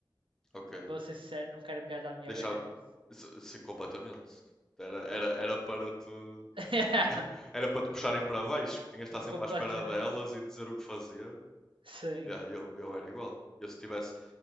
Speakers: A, in the centre; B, on the right.
A: Ok.
B: Eh, Vou ser sincero, não quero mulheres à minha
A: deixava.
B: beira nisso.
A: se- se completamente. Era, era, era para te. <laughs>
B: <laughs>
A: Era para te puxarem para baixo, que tinhas de estar sempre
B: Completamente.
A: à espera delas e dizer o que fazer.
B: Sim.
A: Yeah, eu, eu era igual. Eu se tivesse.